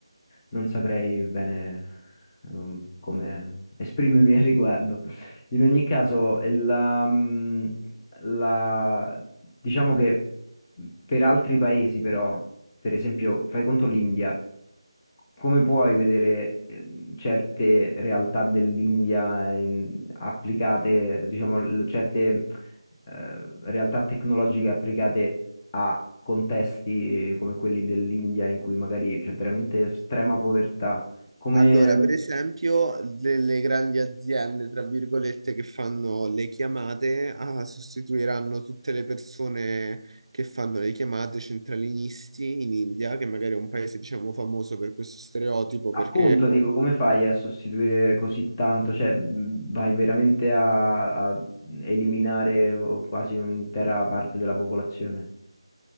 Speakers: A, on the left; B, on the right.
A: non saprei bene, ehm, come esprimermi al riguardo. In ogni caso, la, mm, la- diciamo che per altri paesi però, per esempio, fai conto l'India, come puoi vedere ehm, certe realtà dell'India ehm, applicate, diciamo, l- certe eh, realtà tecnologiche applicate a contesti come quelli dell'India in cui magari c'è veramente estrema povertà? Eh, Come,
B: Allora, per esempio, delle grandi aziende, tra virgolette, che fanno le chiamate, ah, sostituiranno tutte le persone che fanno le chiamate centralinisti in India, che magari è un paese, diciamo, famoso per questo stereotipo,
A: Appunto,
B: perché
A: Mm. dico, come fai a sostituire così tanto? Cioè, mh, vai veramente a, a eliminare o- quasi un'intera parte della popolazione?